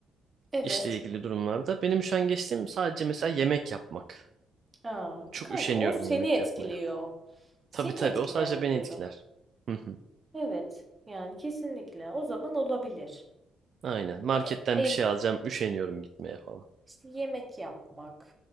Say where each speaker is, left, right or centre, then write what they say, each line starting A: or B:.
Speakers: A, on the right (about 20°); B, on the right (about 55°).
A: Evet.
B: İşle ilgili durumlarda. Benim üşengeçliğim sadece mesela yemek yapmak.
A: Ya
B: Çok
A: kanka
B: üşeniyorum
A: o seni
B: yemek
A: etkiliyor.
B: yapmaya.
A: Seni
B: Tabii tabii
A: etkileyen
B: o sadece beni
A: bir durum.
B: etkiler. Hı hı.
A: Evet. Yani kesinlikle. O zaman olabilir.
B: Aynen. Marketten
A: Ya, ev
B: bir şey alacağım, üşeniyorum gitmeye falan.
A: işte yemek yapmak,